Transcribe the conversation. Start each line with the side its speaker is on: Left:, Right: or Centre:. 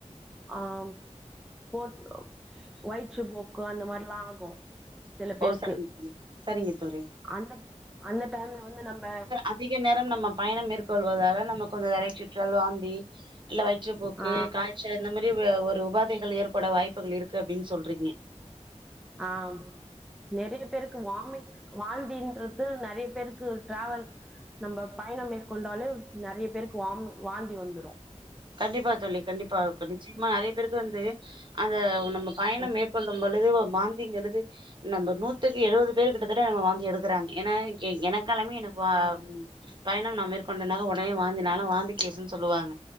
Centre: ஆம் போட்ரோ வயிற்றுப்போக்கு அந்த மாரிலா ஆகு சில பேருக்கு
Right: ஓ சரிங்க தோழி
Centre: அந்த அந்த டைம்ல வந்து நம்ம
Right: அதிக நேரோ நம்ம பயணோ மேற்கொள்வதால நம்ம கொஞ்சோ தலை சுற்றல் வாந்தி இல்ல வயிற்றுப்போக்கு
Centre: ஆ
Right: காய்ச்சல் இந்த மாரி வ ஒரு உபாதைகள் ஏற்பட வாய்ப்புகள் இருக்கு அப்டின்னு சொல்றங்க
Centre: ஆம் நெறைய பேருக்கு வாமி்ட் வாந்தின்றது நெறைய பேருக்கு ட்ராவல் நம்ப பயணம் மேற்கொண்டாலே நெறைய பேருக்கு வாம் வாந்தி வந்துரு
Right: கண்டிப்பா தோழி கண்டிப்பா நிச்சயமா நெறைய பேருக்கு வந்து அந்த நம்ம பயணம்
Centre: ம்
Right: மேற் கொல்லும் பொழுதுதோ வாந்திங்கிறது நம்ம நூத்துக்கு எழுபது பேர் கிட்டத்தட்ட நம்ம வாந்து எடுக்கறாங்க ஏனா எனக்கெல்லாமே எனக் வாம்
Centre: ஆ
Right: பயணம் நா மேற்கொண்டேனாங்க உடனே வாந்தினால நாலா வாந்த கேசன்னு சொல்லுவாங்க